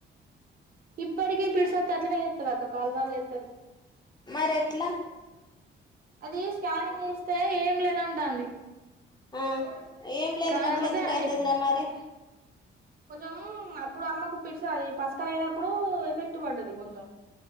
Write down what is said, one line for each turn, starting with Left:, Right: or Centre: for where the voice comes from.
Right: ఇప్పటికీ పిడుసత్తే అట్లనే చేత్తదక్క కాలు కాలు చేతది
Left: మరి ఎట్లా
Right: అది స్కానింగ్ దీస్తే ఏం లేదంటాంది
Left: ఆ ఏమ్లెంది
Right: కాకపోతే
Left: గట్లందుకైతదరా
Right: అది
Left: మరి
Right: కొంచెం అప్పుడు అమ్మకు పిడ్చ పస్కర్ అయినప్పుడు ఎఫెక్ట్ వడ్డది కొంచెం